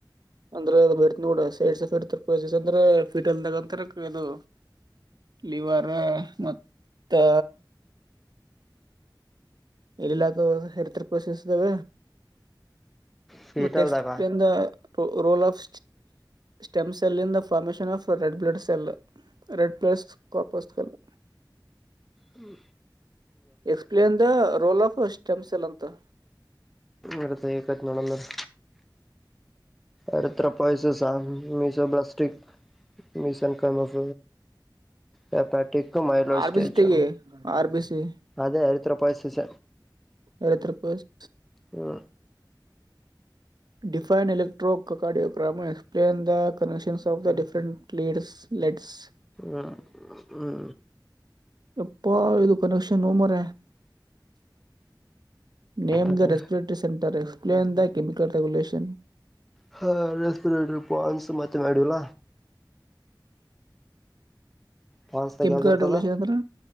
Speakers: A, on the right (about 60°); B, in the centre.
A: ಅಂದ್ರೆ ಅದು ಬ ನೋಡ ಸೈಡ್ಫಸ್ ಅಂದ್ರೆ ಫೀಟ್ ಅಲ್ದಂತದು ಲಿವರ್ ಮತ್ತು ಇಲ್ಲಿಲ್ಲಕ ಹರ್ತ ಕೋಷಿಸ್ದಾವ
B: ಫೀಟಲ್ದಾಗ
A: ಮತ್ತೆ ಎಕ್ಸ್ ಪಲೇನ್ ರ role of stem cell in the formation of red blood cell red plus ಕಾಪಸ್ colour
B: hmm
A: explain the role of stems ಎಲ್ಂತ
B: ಇರ ತ ಕತ್ನೊಡಂದರ್ ಅವತ್ರ ಪಯಸ ಸಾ ಮೀಸ ಬ್ಲಾಸ್ಟಕ್ ಮೀಸನ್ ಕಫ ವಪಾಟಿಕ ಮೈಲೂರ್
A: ಆರ್
B: ಸ್ಟೇಜಂ
A: ಬಿ ಸಿ ತೆಗಿ ಆರ್ ಬಿ ಸಿ
B: ಅದೇ ಎತರ ಪಾಯಸಸ
A: ಯರೆತ್ರ ಪಸ್
B: ಹ್ಮ
A: defined electrocardiogram explain the connections of the different ಪಡ್ಸ್ let's
B: ಹ್ಮ ಹ್ಮ
A: ಎಪ್ಪಾ ಇದು ಕನಕ್ಷನ್ ಮರ ನೇಮ್
B: ಅದೇ
A: ದ respiratory centre explain the chemical regulation
B: ಹಾಂ ರೆಸ್ಪಿರೇಟರ್ ಪಾನ್ಸು ಮತ್ತೆ ಮಾಡಲ ಫಾನ್ಸ್
A: ಕೆಮಿಕಲ್
B: ಯಾವ್ದ ಇರ್ತದ
A: ರೆಗ್ಯುಲೇಷನ್ ಅಂದ್ರೆ